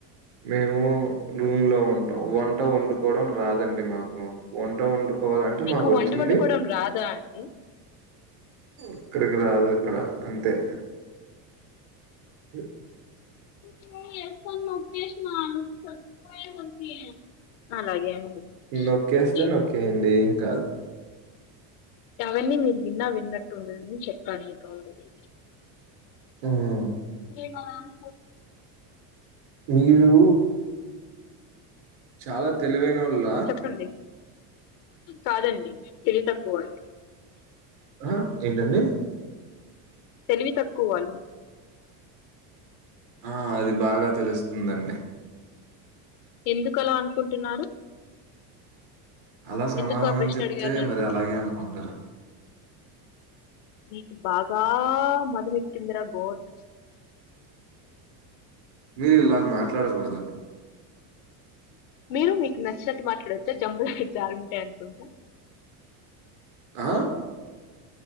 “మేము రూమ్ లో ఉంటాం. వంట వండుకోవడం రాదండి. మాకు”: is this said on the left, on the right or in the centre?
Right